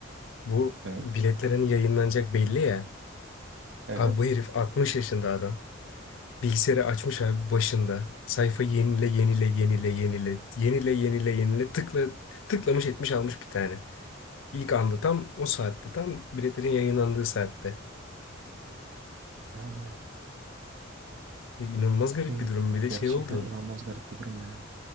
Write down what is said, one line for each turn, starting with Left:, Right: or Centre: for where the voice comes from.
Left: Bu
Right: Evet
Left: biletler hani yayınlanacak belli ya.
Right: evet
Left: Abi bu herif 60 yaşında adam. Bilgisayarı açmış abi başında. Sayfa yenile yenile yenile yenile yenile yenile yenile tıkla tıklamış etmiş almış bir tane. İlk anda tam o saatte tam biletlerin yayınlandığı saatte.
Right: yani
Left: E, İnanılmaz garip
Right: Hı.
Left: bir durum. Bir de
Right: Gerçekten
Left: şey oldu.
Right: inanılmaz garip bir durum ya.